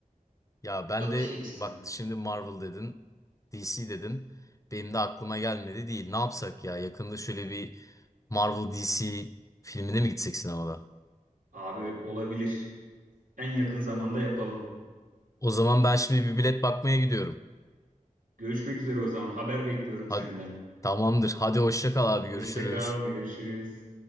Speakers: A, on the left; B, on the right.
A: Ya ben
B: Bakış
A: de
B: açısı.
A: bak şimdi Marvel dedin, DC dedin. Benim de aklıma gelmedi değil. Ne yapsak ya? Yakında şöyle bir Marvel DC filmine mi gitsek sinemada?
B: Abi olabilir. En yakın zamanda yapalım.
A: O zaman ben şimdi bir bilet bakmaya gidiyorum.
B: Görüşmek üzere o zaman. Haber bekliyorum
A: Hadi,
B: senden.
A: tamamdır. Hadi hoşça kal abi
B: Hoşça
A: görüşürüz.
B: kal, görüşürüz.